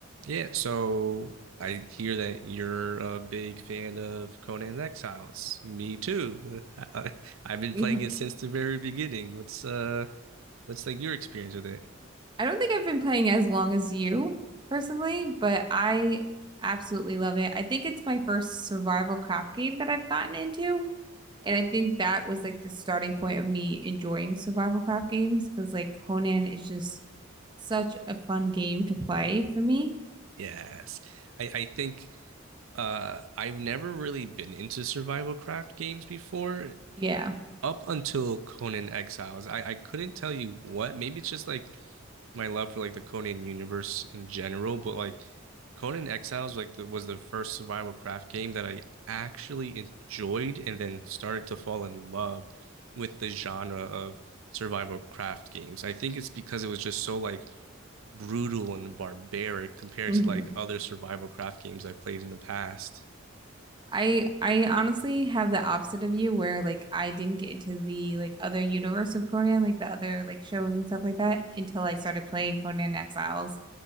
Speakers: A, on the right (about 85°); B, on the right (about 20°).
A: Yeah, so I hear that you're a big fan of Conan Exiles. Me too. <laughs> I, have been
B: Yeah.
A: playing it since the very beginning. What's uh what's like your experience with it?
B: <laughs> I don't think I've been playing as long as you personally, but I absolutely love it. I think it's my first survival craft game that I've gotten into, and I think that was like the starting point of me enjoying survival craft games because like Conan is just such a fun game to play for me.
A: Yes. I I think uh I've never really been into survival craft games before
B: Yeah.
A: up until Conan Exiles. I I couldn't tell you what. Maybe it's just like my love for like the Conan universe in general, but like Conan Exiles like the, was the first survival craft game that I actually enjoyed and then started to fall in love with the genre of survival craft games. I think it's because it was just so like brutal and barbaric compared
B: hmm
A: to like other survival craft games I've played in the past.
B: Right. I I honestly have the opposite of you where like I didn't get into the like other universe of Conan, like the other like shows and stuff like that until I started playing Conan Exiles.